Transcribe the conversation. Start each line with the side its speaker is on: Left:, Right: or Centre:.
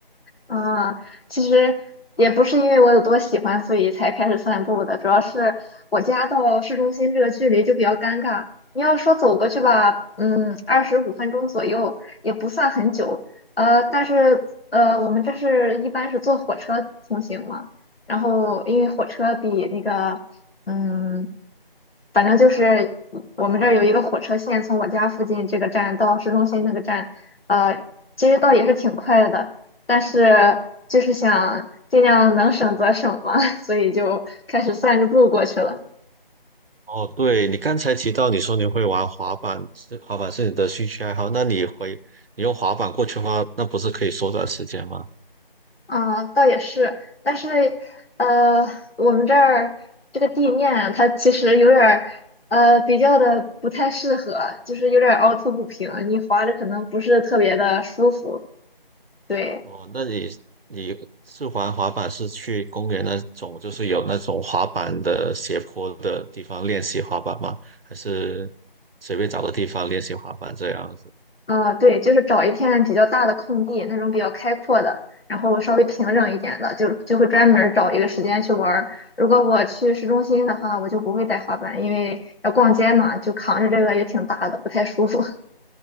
Left: 啊，其实也不是因为我有多喜欢，所以才开始散步的。主要是我家到市中心这个距离就比较尴尬。你要说走过去吧，嗯，二十五分钟左右也不算很久。呃，但是呃，我们这是一般是坐火车通行嘛，然后因为火车比那个，嗯，反正就是我们这儿有一个火车线，从我家附近这个站到市中心那个站，呃，其实倒也是挺快的。但是就是想尽量能省则省嘛，<laughs> 所以就开始散着步过去了。
Right: 哦，对，你刚才提到你说你会玩滑板，是滑板是你的兴趣爱好，那你回你用滑板过去的话，那不是可以缩短时间吗？
Left: 啊、倒也是，但是呃，我们这儿这个地面它其实有点儿呃比较的不太适合，就是有点儿凹凸不平，你滑着可能不是特别的舒服。对。
Right: 哦，那你你是玩滑板是去公园那种，就是有那种滑板的斜坡的地方练习滑板吗？还是随便找个地方练习滑板这样子？
Left: 啊，对，就是找一片比较大的空地，那种比较开阔的，然后稍微平整一点的，就就会专门儿找一个时间去玩儿如果我去市中心的话，我就不会带滑板，因为要逛街嘛，就扛着这个也挺大的，不太舒服。